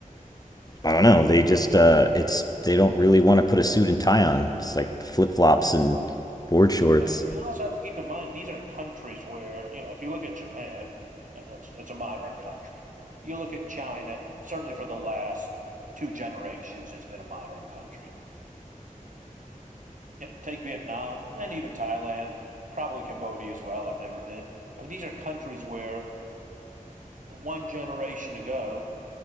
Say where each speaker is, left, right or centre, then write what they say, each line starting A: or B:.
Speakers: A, on the left; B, on the right.
A: I don't know. They just uh, it's they don't really want to put a suit and tie on. It's like flip flops and
B: Well,
A: board shorts.
B: Uh, you also have to keep in mind these are countries where you know if you look at Japan, I mean it's it's a modern country. You look at China, certainly for the last two generations, it's been a modern country. take Vietnam and even Thailand, probably Cambodia as well. I've never been. I mean these are countries where one generation ago